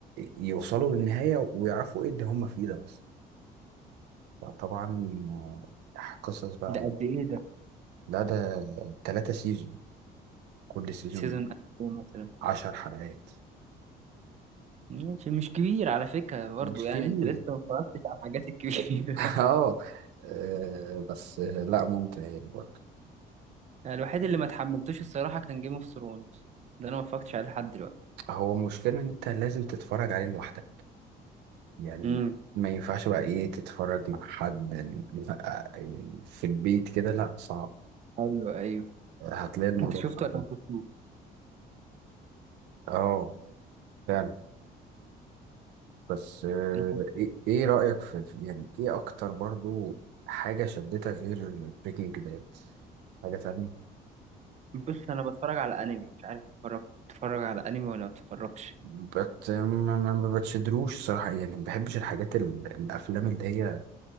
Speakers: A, on the right; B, on the right.
A: يوصلوا للنهاية ويعرفوا ايه اللي هم فيه ده اصلا فطبعا آه، قصص بقى
B: ده قد ايه ده
A: لا ده تلاتة سيزون كل سيزون
B: سيزون قد ايه مثلا
A: عشر حلقات
B: ماشي مش كبير على فكرة برضو
A: مش
B: يعني
A: كبير
B: انت لسه ما اتفرجتش على الحاجات الكبيرة
A: <laughs> اه آه، بس آه، لا ممتع يعني برضه
B: <laughs> الوحيد اللي ما اتحملتوش الصراحة كان جيم اوف ثرونز ده انا ما اتفرجتش عليه لحد دلوقتي
A: هو المشكلة ان انت لازم تتفرج عليه لوحدك يعني
B: امم
A: ما ينفعش بقى ايه تتفرج مع حد آه، يعني في البيت كده لا صعب
B: ايوه ايوه
A: هتلاقي الموضوع
B: انت شفته
A: صعب
B: ولا ما شفتوش
A: اه فعلا بس آه،
B: أنا-
A: ايه إيه رأيك في في- يعني ايه اكتر برضو حاجة شدتك غير بريكنج باد حاجة تانية
B: بص انا بتفرج على انمي مش عارف اتفرج بتتفرج على انمي ولا ما بتتفرجش
A: بت ما ما- ما بتشدروش صراحة يعني ما بحبش الحاجات ال... الافلام اللي هي